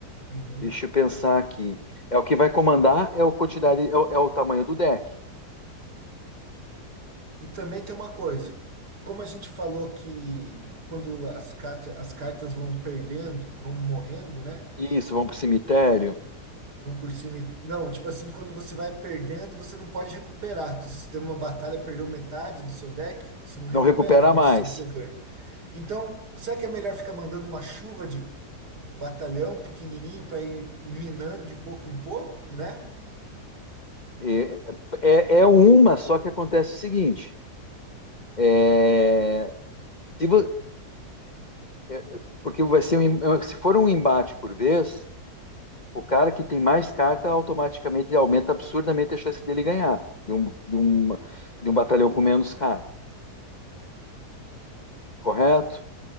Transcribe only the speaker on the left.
Deixa eu pensar aqui. É o que vai comandar é o quantidade, é o, é o tamanho do deck.
Isso, vamos pro cemitério.
Não recupera
mais.
É, é, é uma, só que acontece o seguinte: é, se vo- é, porque vai ser um se for um embate por vez, o cara que tem mais carta automaticamente aumenta absurdamente a chance dele ganhar de um, de um, de um batalhão com menos cara, correto?